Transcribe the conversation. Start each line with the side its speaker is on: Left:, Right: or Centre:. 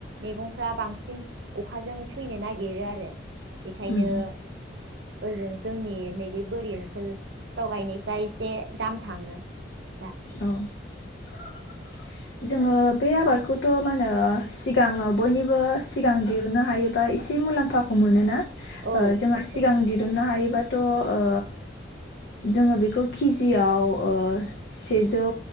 Right: मैगंफ्रा बांसिन अखाजों थैनो नागिरो आरो। बेखायनो
Left: उम
Right: ओजों जोंनि नैबे बोरि ओनसोलफ्राव गायनायफ्रा एसे दाम थाङो दा
Left: औ। <unintelligible> जोङो बे आबादखौथ' मा होनो सिगाङो बयनिबो सिगां दरुननो हायोबा एसे मुलाम्फाखौ मोनोना।
Right: औ
Left: ओ जोंहा
Right: मोनो
Left: सिगां दिरुननो हायो बाथ'ओ-ओ जोङो बेखौ केजियाव ओ सेजौ